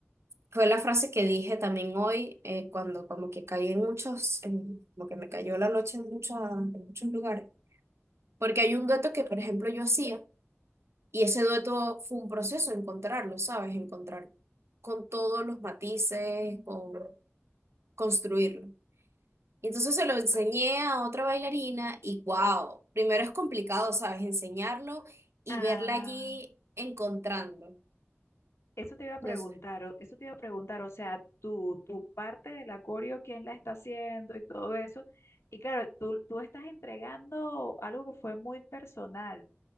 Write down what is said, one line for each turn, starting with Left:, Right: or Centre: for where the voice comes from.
Right: Fue la frase que dije también hoy, eh, cuando como que caí en muchos, en- como que me cayó la noche en, muchas- en muchos lugares. Porque hay un dueto que, por ejemplo, yo hacía, y ese dueto fue un proceso encontrarlo, ¿sabes? Encontrar con todos los matices, con construirlo. Y entonces se lo enseñé a otra bailarina, y wow, primero es complicado, ¿sabes? Enseñarlo y
Left: Ah,
Right: verla allí encontrando.
Left: eso te iba a preguntar,
Right: No sé.
Left: o- eso te iba a preguntar, o sea, tú, tu parte del acorio, quién la está haciendo y todo eso. Y claro, tú, tú estás entregando algo que fue muy personal.